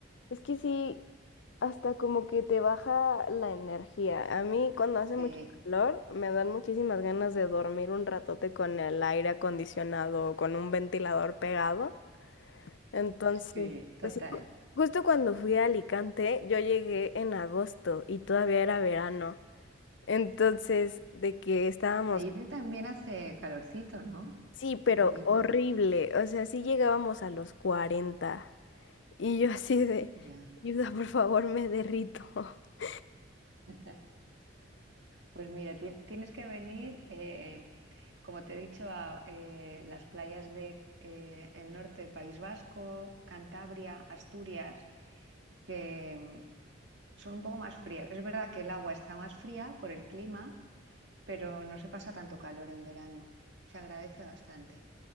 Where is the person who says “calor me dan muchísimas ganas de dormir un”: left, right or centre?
Left